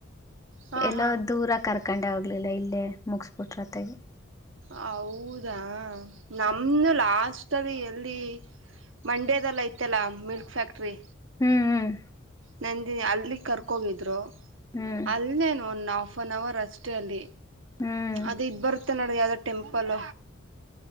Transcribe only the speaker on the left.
<inaudible>
ಎಲ್ಲೋ
ದೂರ ಕರ್ಕೊಂಡೆ ಹೋಗ್ಲಿಲ್ಲ ಇಲ್ಲೇ ಮುಗಿಸಬಿಟ್ರೊತ್ತಗೆ. <inaudible>
ಹ್ಮ್
ಹ್ಮ್ ಹ್ಮ್
ಹ್ಮ್
ಹ್ಮ್